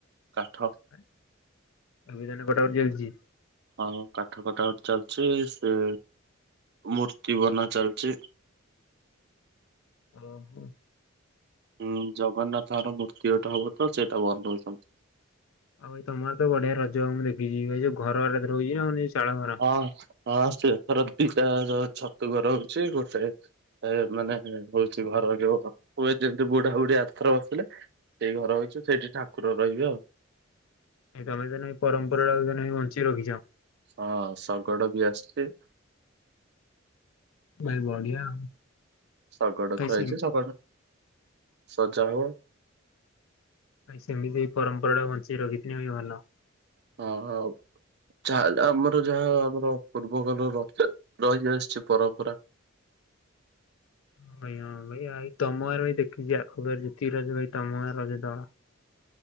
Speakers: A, on the right; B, on the left.
A: କାଠ।
B: ଏବେ ତାନେ କଟା କଟି ଚାଲିଚି।
A: ହଁଁ କାଠ କଟା କତି ଚାଲିଚି ସେ ମୂର୍ତ୍ତି ବନା ଚାଲଚି।
B: ଓ ହୋ।
A: ହୁଁ ଜଗନ୍ନାଥଙ୍କର ମୂର୍ତ୍ତି ଗୋଟେ ହବ ତ ସେଇଟା ବନଉଛନ୍ତି।
B: ଆଉ ଭାଇ ତମର ତ ବଢିଆ ରଜ ହ ମୁଁ ଦେଖିଛିି ଭାଇ ଯଉ ଘର ରହୁଛି ନାଉ ଚାଳ ଘର।
A: ହଁ ହଁ ସେଥର ଦିଟା ଛତୁ ଘରହୁଚି ଗୋଟେ ଏ ମାନେ ହଉଛି ଘର ଯୋଉ ହୁଏ ଯେମିତି ବୁଢା ବୁଢୀ ଆରଥର ବସଥିଲେ। ସେଇ ଘର ହେଇଚି ସେଇଠି ଠାକୁର ରହିବେ ଆଉ।
B: ଏ ତମେ ତ ଏଇ ପରମ୍ପରା ଟା ବଞ୍ଚି ରଖିଚ।
A: ହଁ ଶଗଡ଼ ବି ଆସିଛି।
B: ଭାଇ ବଢିଆ ଆଉ
A: ଶଗଡ଼
B: ଭାଇ
A: ଥୁଆହୋଇଛି।
B: ସେମ
A: ଶଗଡ଼ ସଜାହବ।
B: ନାଇଁ ସେମିତି ପରମ୍ପରା ବଞ୍ଚେଇ ରଖିଥିବା ହିଁ ଭଲ।
A: ହଁ-ହଁ। ଯାହାହେଲେ ଆମର ଯାହା ଆମର ପୂର୍ବ କନରୁ ର ରହିଆସିଛି ପରମ୍ପରା।
B: ହଁ ଭାଇ ହଁ ଭାଇ ଆଇ ତମଆଡେ ଭାଇ ଦେଖିଛିି ଆଖ ପାଖ ରଜ ଭାଇ ତମଗାଁ ରଜ ତଳ।